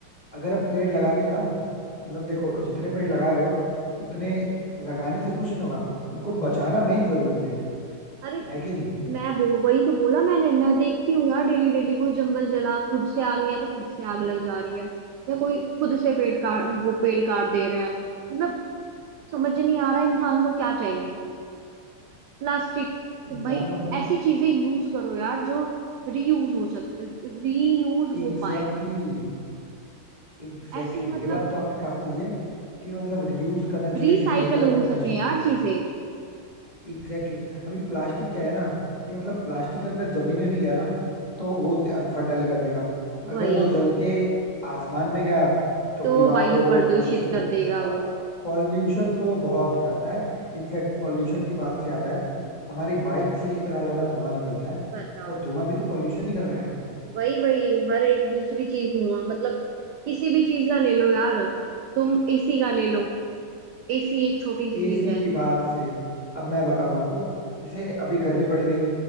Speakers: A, on the left; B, on the right.
A: अगर हम पेड़ लगाते ना मतलब देखो जितने पेड़ लगा रहे हो उतने लगाने से कुछ नहीं होगा उनको बचाना मेन जरूरी है
B: अरे
A: है कि नहीं
B: मैं वो वही तो बोला मैंने मैं देखती हूँ यार डेली डेली कोई जंगल जला खुद से आग या तो खुद से आग लग जा रही है या कोई खुद से पेड़ काट वो पेड़ काट दे रहे हैं मतलब समझ नहीं आ रहा इंसान को क्या चाहिए प्लास्टिक
A: इंसानों
B: भाई
A: को
B: ऐसी चीजें यूज करो यार जो रीयूज हो सके रीयूज हो
A: Exactly
B: पाए
A: exactly, exactly
B: ऐसी
A: exactly.
B: मतलब
A: ये बात तो आपकी काफी सही है कि मतलब रियूज करना चाहिए
B: रिसाइकल
A: रिसाइकल
B: हो
A: करना
B: सके
A: चाहिए
B: यार चीजें
A: Exactly exactly. अभी प्लास्टिक क्या है ना कि मतलब प्लास्टिक अगर जमीन में भी गया ना तो वो उसे अनफर्टाइल कर देगा
B: वही
A: अगर वो जल के आसमान में गया तो
B: तो
A: भी वहां
B: वायु
A: पे वो
B: प्रदूषित
A: पॉल्यूशन
B: कर
A: करे
B: देगा
A: अब
B: वो
A: पॉल्यूशन तो वो बहुत करता है इनफैक्ट पॉल्यूशन की बात से आता है हमारी बाइक से इतना ज्यादा धुआं निकलता है
B: बताओ
A: वो धुआं भी तो पॉल्यूशन ही कर रहा है
B: वही वही हर एक दूसरी चीज धुआं मतलब किसी भी चीज का ले लो यार तुम एसी का ले लो एसी एक छोटी सी
A: एसी
B: चीज है
A: की बात से अब मैं बताऊं आपको जैसे अभी गर्मी बढ़ गई